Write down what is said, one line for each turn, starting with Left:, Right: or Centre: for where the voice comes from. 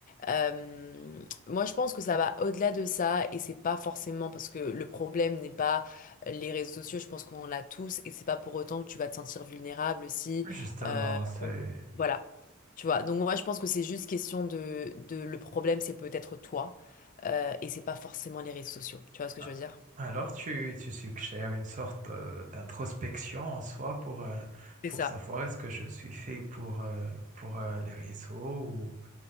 Left: Euh, moi, je pense que ça va au-delà de ça, et c'est pas forcément parce que le problème n'est pas euh, les réseaux sociaux, je pense qu'on l'a tous, et c'est pas pour autant que tu vas te sentir vulnérable si
Right: Justement,
Left: euh,
Right: c'est...
Left: on- Voilà, tu vois. Donc, moi, je pense que c'est juste question de, de le problème, c'est peut-être toi, euh, et c'est pas forcément les réseaux sociaux. Tu vois ce que
Right: Ah.
Left: je veux dire?
Right: Alors, tu, tu suggères une sorte euh, d'introspection en soi pour, euh,
Left: C'est
Right: pour
Left: ça.
Right: savoir est-ce que je suis fait pour, euh, pour euh, les réseaux